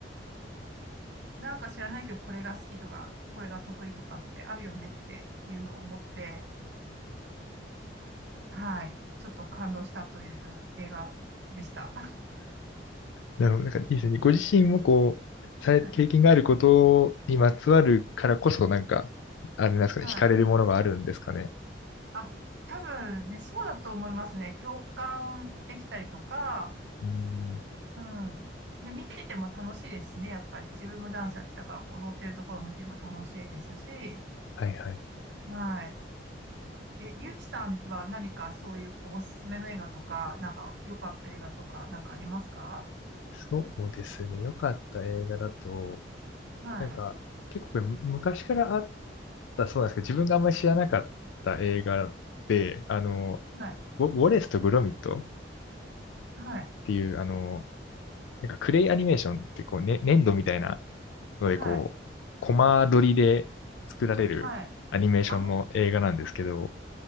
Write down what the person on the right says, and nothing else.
なんか知らないけど、これが好きとか、これが得意とかってあるよねっていうのを思って、はい、ちょっと感動したという映画でした。
<laughs> はい。
はい。
あ、多分ね、そうだと思いますね。共感できたりとか、
うん。で、見てても楽しいですね。やっぱり自分もダンスやってたから、こう、踊ってるところを見ても楽しいですし、
はい。え、ゆうきさんは何かそういう、こう、おすすめの映画とか、なんか、良かった映画とか、なんかありますか
は
い。はい。
はい。
はい。
はい。あー、